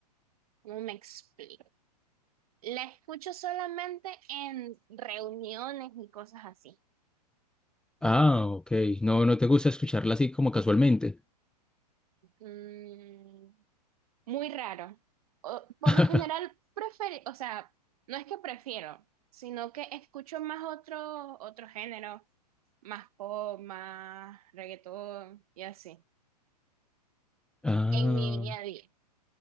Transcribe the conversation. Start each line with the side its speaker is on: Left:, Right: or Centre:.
Right: ¿Cómo me explico? La escucho solamente en reuniones y cosas así.
Centre: Ah, ok. No, no te gusta escucharla así como casualmente.
Right: Mm, muy raro. O- por
Centre: <laughs>
Right: lo general, prefiero, o sea, no es que prefiero, sino que escucho más otro, otro género, más pop, más reggaetón y así,
Centre: Ah,
Right: en mi día a día.